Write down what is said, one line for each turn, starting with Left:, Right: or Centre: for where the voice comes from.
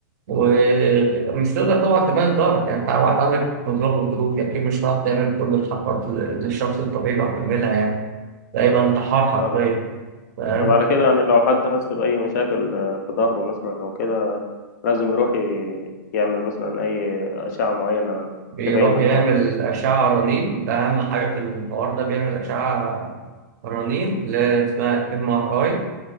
Right: ومش تقدر طبعا تمارس دورك يعني انت واحد عندك قدرات وظروف يعني اكيد مش هتعرف تعمل كل الحركات اللي الشخص الطبيعي بيعرف يعملها يعني ده يبقى انتحار
Left: آه،
Right: حرفيا
Left: فاهمك
Right: فاهم
Left: طب على كده يعني لو حد حس بأي مشاكل آه، في ظهره مثلا أو كده لازم يروح ي- يعمل مثلا أي أشعة معينة
Right: بيروح
Left: تبين الحوار
Right: يعمل
Left: ده
Right: أشعة رنين ده أهم حاجة في الحوار ده بيعمل أشعة رنين اللي هي اسمها ام ار اي